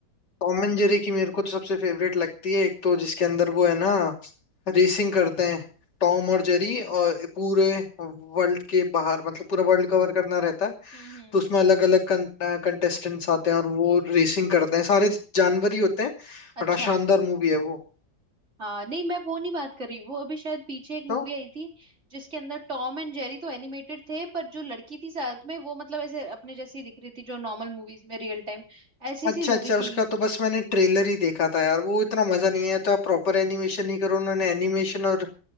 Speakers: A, on the left; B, on the right.
A: टॉम एंड जेरी की मेरे को तो सबसे फेवरेट लगती है एक तो जिसके अंदर वो है ना रेसिंग करते हैं टॉम और जेरी और पूरे वर्ल्ड के बाहर मतलब पूरा वर्ल्ड कवर करना रहता है
B: हम्म हम्म
A: तो उसमें अलग अलग कंटेस्टेंट्स आते हैं और वो रेसिंग करते हैं सारे जानवर ही होते हैं बड़ा
B: अच्छा
A: शानदार मूवी है वो
B: हाँ नहीं मैं वो नहीं बात कर रही वो अभी शायद पीछे एक मूवी
A: तो
B: आई थी जिसके अंदर टॉम एंड जेरी तो एनिमेटेड थे पर जो लड़की थी साथ में वो मतलब ऐसे अपने जैसी दिख रही थी जो नॉर्मल मूवीज में रियल टाइम ऐसी
A: अच्छा
B: सी मूवी
A: अच्छा उसका
B: थी
A: तो बस मैंने ट्रेलर ही देखा था यार वो इतना मजा नहीं आया तो आप प्रॉपर एनिमेशन ही करो उन्होंने एनिमेशन और